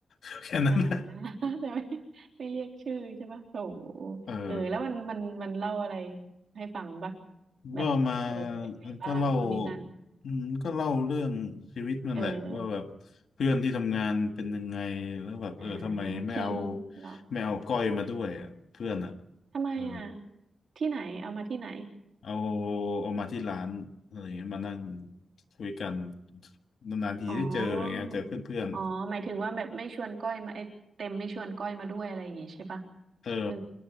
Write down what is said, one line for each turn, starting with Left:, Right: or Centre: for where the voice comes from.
Left: <laughs> แค่นั้น
Right: อ่า <laughs>
Left: <laughs>
Right: แต่ไม่ไม่เรียกชื่อใช่ปะโถ
Left: เออ
Right: เออแล้วมันมันมันเล่าอะไรให้ฟังปะแบบเออเป็นไงบ้างนู่นนี่นั่น
Left: ก็มาก็เล่าอืมก็เล่าเรื่องชีวิตมันแหละว่าแบบเพื่อนที่ทำงานเป็นยังไงแล้วแบบเออทำไมไม่เอา
Right: เอออ่าทีมเหรอ
Left: ไม่เอาก้อยมาด้วยอะเพื่อนอ่ะ
Right: เหรอทำไมอ่ะ
Left: เออ
Right: ที่ไหนเอามาที่ไหน
Left: เอาเอามาที่ร้านอะไรอย่างเงี้ยมานั่งคุยกันนานๆทีได้เจออย่างเงี้ยเจอเพื่อน
Right: อ๋ออ๋อหมายถึงว่าแบบไม่ชวนก้อยมาไอ้เต็มไม่ชวนก้อยมาด้วยอะไรอย่างงี้ใช่ปะ
Left: ๆเออ
Right: เออ